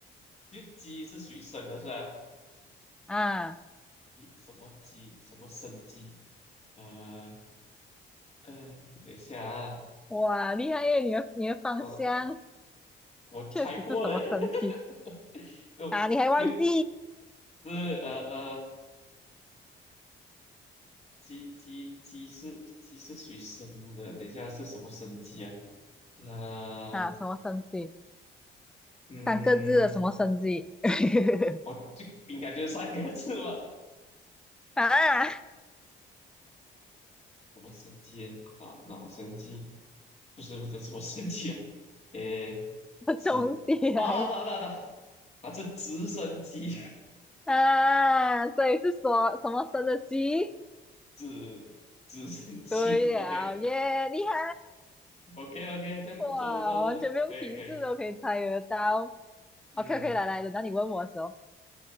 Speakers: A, on the left; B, in the centre.
A: 就鸡是属于生的是吧？
B: 啊，
A: 一什么鸡，什么生鸡？呃呃，等一下啊，
B: 哇，厉害耶！你的你的方向
A: 呃，我猜过了，
B: 确实是什么生机
A: <laughs> 就就
B: 啊？你还忘记
A: 是呃呃，鸡鸡鸡是鸡是属于生的，等一下是什么生鸡啊？呃
B: 啊？什么生机？
A: 嗯，
B: 三个字的什么生机 <laughs>
A: 我就应该就是三个字吧。
B: 啊？
A: 什么生机啊？脑神机不是不是什么生机啊？诶，子
B: 东西来
A: 啊，到到到，啊，这直升机，
B: 啊！所以是说什么生的鸡？
A: <laughs> 直直升机，OK
B: 对了耶，厉害！
A: OK OK，这不错不错，
B: 哇，完全不用提示都可以猜得到。
A: 可以可以，嗯，
B: OK OK，来来，轮到你问我的时候